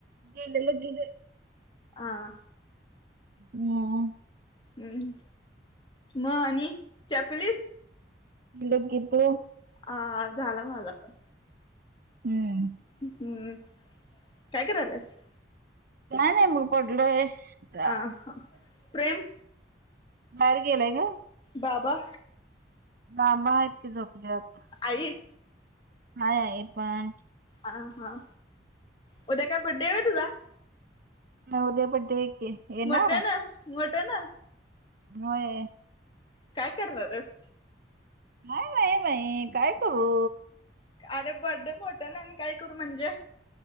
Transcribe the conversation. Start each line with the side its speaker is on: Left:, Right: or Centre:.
Right: गेंदले भीगं.
Left: आ.
Right: हम्.
Left: हम् म आणि चहा पिलीस?
Right: लगीतो.
Left: हा झाला माझा पण,
Right: हम्म
Left: हम्म. काय कराल्यास?
Right: काय नाय मी पडलोय. बाहेर
Left: अ हा प्रेम.
Right: बाहेर गेलाय का.
Left: बाबा.
Right: बाबा आहेत की झोपल्यात.
Left: आई.
Right: आहे आई पण.
Left: हा हा उद्या काय बर्थडे हाय होय तुझा.
Right: उद्या बडडे आहे की. येणार
Left: मोठ्यानं मोठ्यानं.
Right: होय.
Left: काय करनार हाईस.
Right: काय नाही बाई काय करू.
Left: अरे बड्डे मोठ्यानं आणि काय करू म्हणजे.